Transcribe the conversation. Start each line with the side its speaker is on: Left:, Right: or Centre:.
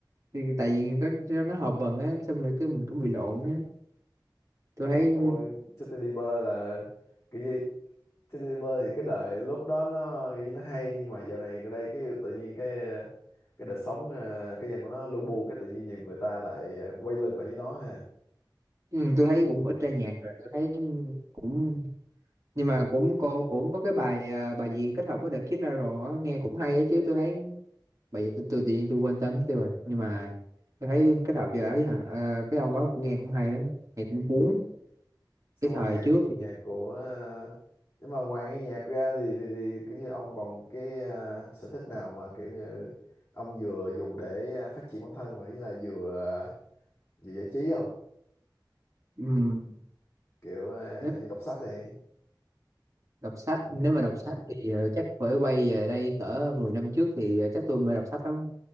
Right: thì, tại vì nó nó nó hợp vần á xong rồi cứ mình cũng bị lộn á tôi thấy
Left: Thì, ôi Justin Bieber là kiểu như Justin Bieber thì cái đời lúc đó nó kiểu như nó hay nhưng mà dạo này ở đây cái tự nhiên cái cái đời sống ờ, cái nhân của nó lu bu cái tự nhiên nhiều người ta lại quay lưng lại với nó ha
Right: ừ, tôi thấy cũng
Left: ừ.
Right: ít ra nhạc rồi tôi thấy cũng nhưng mà cũng cô cũng có cái bài à, bài gì kết hợp với The Kid Laroi á, nghe cũng hay á chứ tôi thấy bài gì tôi, tôi tự nhiên tôi quên tên tiêu rồi nhưng mà tôi thấy kết hợp giờ ấy hả ờ, cái ông đó nghe cũng hay lắm nghe cũng
Left: Ừ.
Right: cuốn
Left: xong
Right: cái
Left: rồi
Right: thời
Left: nhạc
Right: trước thì
Left: nhạc của ờ, nhưng mà ngoài nghe nhạc ra thì thì thì kiểu như ông còn cái ờ, sở thích nào mà kiểu như ông vừa dùng để ờ, phát triển bản thân rồi với lại vừa ờ, vừa giải trí không
Right: ừm,
Left: kiểu ờ,
Right: nếu
Left: như đọc sách này
Right: đọc sách
Left: ừ.
Right: nếu mà đọc
Left: ừ.
Right: sách thì ờ, chắc phải quay về đây cỡ 10 năm trước thì ờ, chắc tôi mới đọc sách lắm